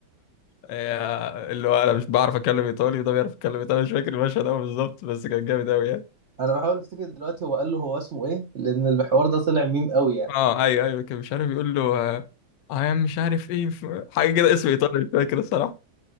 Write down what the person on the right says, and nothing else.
انا بحاول افتكر دلوقتي هو قال له هو اسمه ايه لان الحوار ده طلع ميم قوي يعني